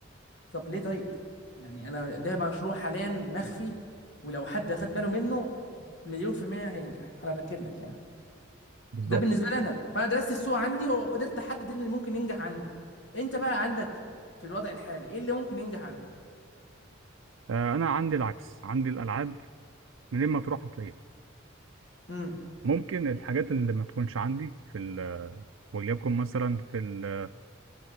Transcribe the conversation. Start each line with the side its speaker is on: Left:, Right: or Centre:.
Left: طب ليه طيب يعني انا ده مشروع حاليا مخفي ولو حد خد باله منه مليون في المية هينجح انا باكد لك يعني
Right: بالظبط
Left: ده بالنسبة لي انا فانا درست السوق عندي وقدرت احدد إيه اللي ممكن ينجح عندي انت بقى عندك في الوضع الحالي ايه اللي ممكن ينجح عندك
Right: آه، أنا عندي العكس عندي الألعاب منين ما تروح هتلاقيها
Left: امم
Right: ممكن الحاجات اللي ما تكونش عندي في ال- آه، وليكن مثلا في ال- آه،